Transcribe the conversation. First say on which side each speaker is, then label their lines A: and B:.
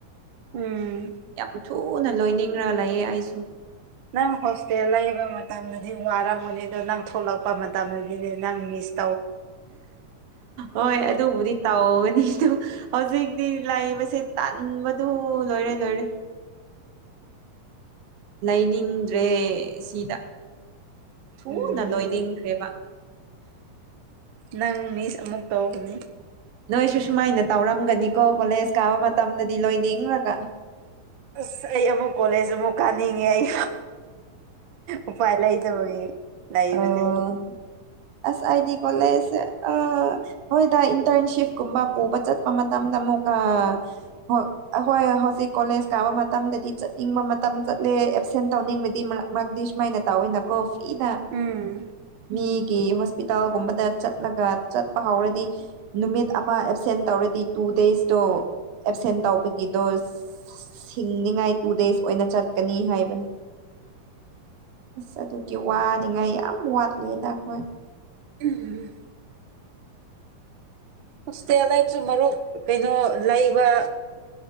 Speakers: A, on the right; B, on the right.
A: ꯎꯝ
B: ꯌꯥꯝ ꯊꯨꯅ ꯂꯣꯏꯅꯤꯡꯔꯒ ꯂꯩꯌꯦ ꯑꯩꯁꯨ
A: ꯅꯪ ꯍꯣꯁꯇꯦꯜ ꯂꯩꯕ ꯃꯇꯝꯗꯗꯤ ꯋꯥꯔꯝꯃꯅꯤꯗꯣ ꯅꯪ ꯊꯣꯛꯂꯛꯄ ꯃꯇꯝꯗꯗꯤꯅꯦ ꯅꯪꯃꯤꯁ
B: ꯍꯣꯏ ꯑꯗꯨꯕꯨꯗꯤ ꯇꯧꯒꯅꯤ ꯍꯧꯖꯤꯛꯇꯤ ꯂꯩꯕꯁꯦ ꯇꯥꯟꯕꯗꯨ ꯂꯣꯏꯔꯦ ꯂꯣꯏꯔꯦ ꯂꯩꯅꯤꯡꯗ꯭ꯔꯦ ꯁꯤꯗ ꯊꯨꯅ
A: ꯎꯝ
B: ꯂꯣꯏꯅꯤꯡꯈ꯭ꯔꯦꯕ
A: ꯅꯪ ꯃꯤꯁ ꯑꯃꯨꯛ ꯇꯧꯒꯅꯤ
B: ꯅꯣꯏꯁꯨ ꯁꯨꯃꯥꯏꯅ ꯇꯧꯔꯝꯒꯅꯤꯀꯣ ꯀꯣꯂꯦꯖ ꯀꯥꯕ ꯃꯇꯝꯗꯗꯤ ꯂꯣꯏꯅꯤꯡꯔꯒ
A: ꯑꯁ ꯑꯩ ꯑꯃꯨꯛ ꯀꯣꯂꯦꯖ ꯑꯃꯨꯛ ꯀꯥ ꯅꯤꯡꯉꯦ ꯑꯩ ꯎꯄꯥꯏ ꯂꯩꯇꯕꯒꯤ ꯂꯩꯕꯅꯦ
B: ꯑꯣ ꯑꯁ ꯑꯩꯗꯤ ꯀꯣꯂꯦꯖ ꯑ ꯍꯣꯏꯗ ꯏꯟꯇꯔꯟꯁꯤꯞꯀꯨꯝꯕ ꯄꯨꯕ ꯆꯠꯄ ꯃꯇꯝꯗ ꯃꯨꯛꯀ ꯍ ꯍꯣꯏ ꯍꯧꯖꯤꯛ ꯀꯣꯂꯦꯖ ꯀꯥꯕ ꯃꯇꯝꯗꯗꯤ ꯆꯠꯅꯤꯡꯕ ꯃꯇꯝ ꯆꯠꯂꯦ ꯑꯦꯞꯁꯦꯟ ꯇꯧꯅꯤꯡꯕꯗꯤ ꯃꯔꯛ ꯃꯔꯛꯗꯤ ꯁꯨꯃꯥꯏꯅ ꯇꯧꯋꯦꯅꯀꯣ ꯐꯤꯗ
A: ꯎꯝ
B: ꯃꯤꯒꯤ ꯍꯣꯁꯄꯤꯇꯥꯜꯒꯨꯝꯕꯗ ꯆꯠꯂꯒ ꯆꯠꯄ ꯍꯧꯔꯗꯤ ꯅꯨꯃꯤꯠ ꯑꯃ ꯑꯦꯞꯁꯦꯟ ꯇꯧꯔ ꯗꯤ ꯇꯨ ꯗꯦꯖꯇꯣ ꯑꯦꯞꯁꯦꯟ ꯇꯧꯕꯒꯤ ꯗꯣ ꯁꯤꯡꯅꯤꯉꯥꯏ ꯇꯨ ꯗꯦꯖ ꯑꯣꯏꯅ ꯆꯠꯀꯅꯤ ꯍꯥꯏꯕꯅꯤ ꯑꯁ ꯑꯗꯨꯒꯤ ꯋꯥꯅꯤꯉꯥꯏ ꯌꯥꯝ ꯋꯥꯠꯂꯤꯗ ꯑꯈꯣꯏ
A: ꯎꯝ ꯍꯣꯁꯇꯦꯜ ꯂꯩꯕꯁꯨ ꯃꯔꯨꯞ ꯀꯩꯅꯣ ꯂꯩꯕ